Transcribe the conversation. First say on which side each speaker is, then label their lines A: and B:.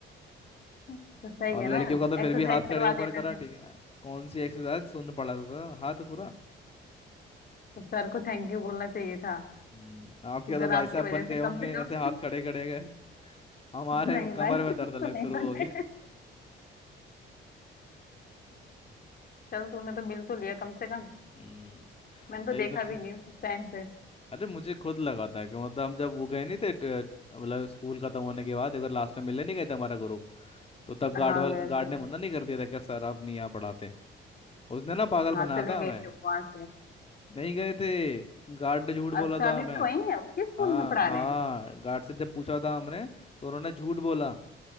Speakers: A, on the left (about 50°); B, on the left (about 30°).
A: तो सही
B: और
A: है
B: लड़कियों
A: ना
B: का तो फिर
A: एक्सरसाइज
B: भी हाथ खड़े
A: करवा
B: ऊपर
A: देते
B: करा
A: थे
B: ठीक है कौन सी एक्सरसाइज सुन पड़ा था तो हाथ पूरा
A: तो सर को थैंक यू बोलना चाहिए था
B: हम्म, आपके
A: कि सर
B: तो भाई
A: आपकी
B: साहब
A: वजह
B: बन गए
A: से कम
B: होंगे
A: से कम
B: ऐसे हाथ खड़े खड़े गए
A: <laughs>
B: हमारे
A: नहीं
B: कमर
A: भाई <laughs>
B: में
A: तो
B: दर्द अलग
A: नहीं
B: शुरू
A: बने
B: हो गया
A: चल तूने तो मिल तो लिया कम से कम
B: हम्म,
A: मैंने तो
B: एकदम
A: देखा भी
B: से
A: नहीं उस टाइम से
B: अरे मुझे खुद लगा था कि मतलब हम जब वो गए नहीं थे ट- मतलब स्कूल खत्म होने के बाद एक बार लास्ट में मिलने नहीं गए थे हमारा ग्रुप तो तब गार्ड
A: हाँ
B: वाल
A: गए
B: गार्ड
A: थे
B: ने मना नहीं कर दिया था कि सर आप नहीं यहाँ पढ़ाते उसने ना पागल
A: हाँ
B: बनाया
A: चले
B: था
A: गए
B: हमें
A: थे वहां से
B: नहीं गए थे गार्ड ने झूठ बोला
A: अच्छा
B: था
A: अभी
B: हमें
A: भी वही है उसी स्कूल
B: हाँ
A: में पढ़ा
B: हाँ
A: रहे हैं
B: गार्ड से जब पूछा था हमने तो उन्होंने झूठ बोला